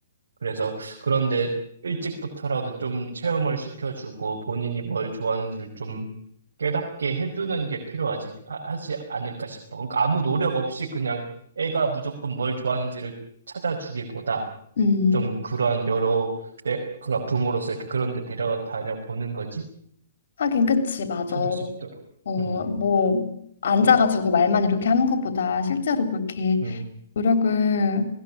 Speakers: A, on the right; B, on the left.
A: 그래서 그런데 일찍부터라도 좀 체험을 시켜주고 본인이 뭘 좋아하는지를 좀 깨닫게 해주는 게 필요하지, 아- 하지 않을까 싶어. 그러니까 아무 노력 없이 그냥 애가 무조건 뭘 좋아하는지를 찾아주기보다
B: 음.
A: 좀 그런 여러 때, 그냥 부모로서 이렇게 그런 데 데려다녀 보는 거지.
B: 하긴, 그치, 맞아.
A: 찾을 수 있도록.
B: 어,
A: 음,
B: 뭐, 앉아가지고 말만 이렇게 하는 것보다 실제로 그렇게
A: 음.
B: 노력을